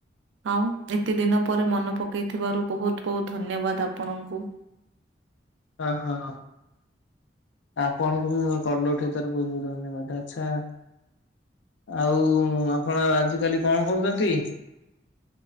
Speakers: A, on the right; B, on the left.
A: ଆଉ ଏତେ ଦିନ ପରେ ମନ ପକେଇଥିବାରୁ ବହୁତ୍ ବହୁତ୍ ଧନ୍ୟବାଦ ଆପଣଙ୍କୁ।
B: ହଁ ହଁ ହଁ ଆପଣଙ୍କୁ ବି କଲୁ ଉଠିଥର ବହୁତ ବହୁତ ଧନ୍ୟବାଦ, ଆଛା। ଆଉ ଆପଣ ଆଜିକାଲି କଣ କରୁଛନ୍ତି?